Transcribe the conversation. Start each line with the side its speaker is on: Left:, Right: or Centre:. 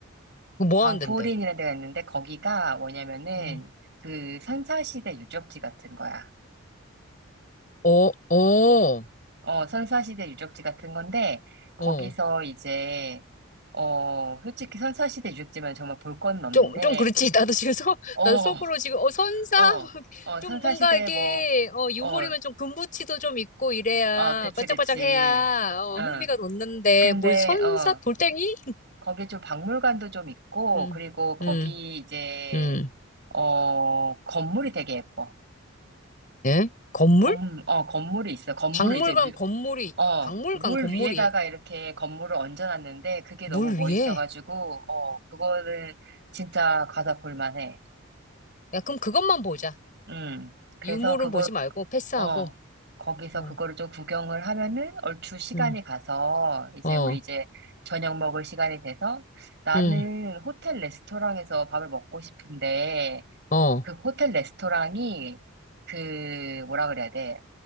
Left: 그거 뭐
Right: 광푸린이라는
Left: 하는데?
Right: 데가 있는데 거기가 뭐냐면은
Left: 음.
Right: 그 선사시대 유적지 같은 거야.
Left: 어, 어,
Right: 어, 선사시대 유적지 같은 건데, 거기서
Left: 어.
Right: 이제, 어, 솔직히 선사시대 유적지만 정말 볼 건 없는데,
Left: 좀, 좀 그렇지. <laughs> 나도 지금 속,
Right: 어,
Left: 나도 속으로 지금, 어, 선사?
Right: 어,
Left: <laughs>
Right: 어,
Left: 좀
Right: 선사시대
Left: 뭔가 이게,
Right: 뭐,
Left: 어, 유물이면
Right: 어,
Left: 좀 금붙이도 좀 있고 이래야,
Right: 어, 그치,
Left: 반짝반짝
Right: 그치.
Left: 해야, 어,
Right: 응.
Left: 흥미가 돋는데,
Right: 근데,
Left: 뭘 선사?
Right: 어,
Left: 돌덩이?
Right: 거기 좀 박물관도 좀 있고,
Left: 음,
Right: 그리고 거기
Left: 음,
Right: 이제,
Left: 음.
Right: 어, 건물이 되게 예뻐.
Left: 예? 건물?
Right: 건, 어, 건물이 있어. 건물을
Left: 박물관
Right: 이제 위-
Left: 건물이,
Right: 어,
Left: 박물관
Right: 물
Left: 건물이
Right: 위에다가 이렇게 건물을 얹어놨는데 그게
Left: 물
Right: 너무 멋있어가지고,
Left: 위에?
Right: 어, 그거는 진짜 가서 볼만해.
Left: 야, 그럼 그것만 보자.
Right: 음. 그래서
Left: 유물은
Right: 그거,
Left: 보지 말고 패스하고.
Right: 어, 거기서
Left: 응,
Right: 그거를 좀 구경을 하면은 얼추 시간이
Left: 응,
Right: 가서 이제
Left: 어,
Right: 우리 이제 저녁 먹을 시간이 돼서 나는
Left: 응,
Right: 호텔 레스토랑에서 밥을 먹고 싶은데
Left: 어,
Right: 그 호텔 레스토랑이 그 뭐라 그래야 돼?